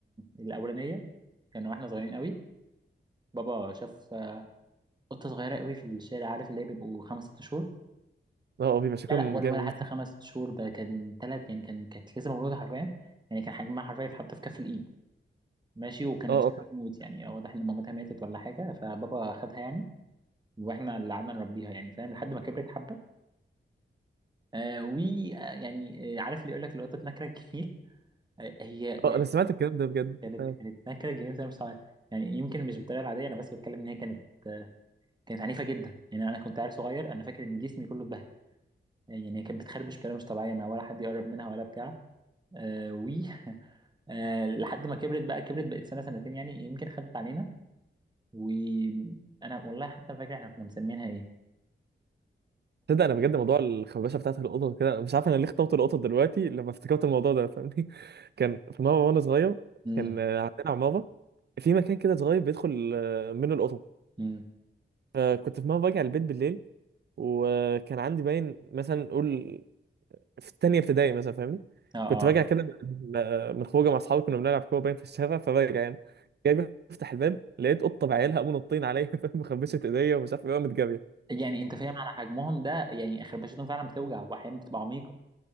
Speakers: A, on the right; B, on the right.
A: الاولانيه كانوا واحنا صغيرين قوي بابا شاف آه، قطه صغيره قوي في الشارع عارف اللي هي بيبقوا خمس ست شهور
B: اه آه، بيبقى شكلهم
A: لا لا ولا
B: جامد
A: ولا حتى خمس ست شهور ده كان ثلاث يعني كان كانت لسه مولوده حرفيا يعني كان حجمها حرفيا يتحط في كف الايد ماشي وكانت
B: اه
A: شبه
B: اه
A: بتموت يعني واضح ان مامتها ماتت ولا حاجه فبابا خدها يعني واحنا اللي قعدنا نربيها يعني فاهم لحد ما كبرت حبه آه ويعني آه يعني، آه، عارف اللي يقول لك القطه نكره الجميل آه هي يعني
B: اه انا سمعت الكلام ده بجد
A: كانت
B: فاهم
A: كانت نكره جميل بطريقه مش طبيعية. يعني يمكن مش بالطريقه العاديه انا بس بتكلم ان هي كانت آه كانت عنيفه جدا يعني انا كنت عيل صغير انا فاكر ان جسمي كله اتبهدل آه يعني هي كانت بتخربش بطريقه مش طبيعيه ما ولا حد يقرب منها ولا بتاع آه و <laughs> آه لحد ما كبرت بقى كبرت بقت سنه سنتين يعني يمكن خدت علينا وانا والله حتى فاكر احنا كنا مسمينها ايه
B: تصدق انا بجد موضوع الخربشه بتاعت القطط كده أنا مش عارف انا ليه اخترت القطط دلوقتي لما افتكرت الموضوع ده فاهمني <laughs> كان في مره وانا صغير
A: امم
B: كان آه، عندنا عماره في مكان كده صغير بيدخل آه، منه القطط
A: امم
B: فكنت في مره راجع البيت بالليل وكان عندي باين مثلا نقول في التانية ابتدائي مثلا فاهمني
A: اه
B: كنت
A: اه
B: راجع كده من من خروجه مع اصحابي كنا بنلعب كوره باين في الشارع فراجع يعني جاي بفتح الباب لقيت قطه بعيالها قاموا نطين عليا <laughs> فاهم مخبشه ايديا ومش عارف ايه قامت جاريه
A: يعني انت فاهم على حجمهم ده يعني خربشتهم فعلا بتوجع واحيانا بتبقى عميقه